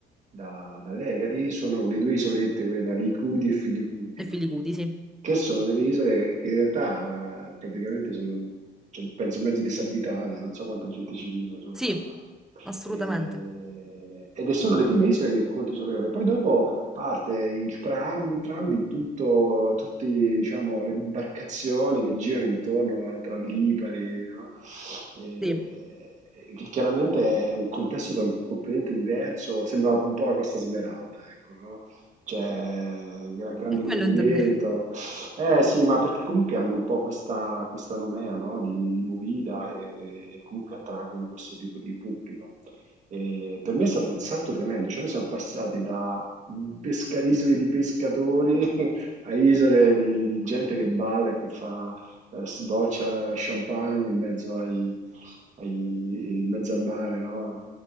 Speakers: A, on the right; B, in the centre.
A: da, dall'Egadi, sono le due isolette, quelle da Licudi e Filicudi,
B: E
A: no?
B: Filicudi, sì.
A: che sono delle isole che in realtà eh, praticamente sono, cioè, penso, mezzo disabitate, non so quanta gente ci viva sopra.
B: Sì, assolutamente.
A: E- ed sono le prime isole che conti sulle ore. Poi dopo parte il tram, tram di tutto, tutte diciamo, le imbarcazioni che girano intorno a- tra Lipari, no? eh,
B: Sì,
A: che chiaramente è un contesto tra- completamente diverso, sembra un po' la Costa Smeralda, ecco, no? Cioè, gra- grande
B: è quello
A: movimento.
B: intendevo.
A: Eh sì, ma perché comunque hanno un po' questa, questa nomea, no? Di, di movida e, e- e comunque attraggono questo tipo di pubblico. E per me è stato un salto tremendo, cioè noi siamo passati da pesca- isole di pescatori <laughs> a isole di, di gente che balla e che fa eh, sboccia champagne in mezzo ai, ai- in mezzo al mare, no?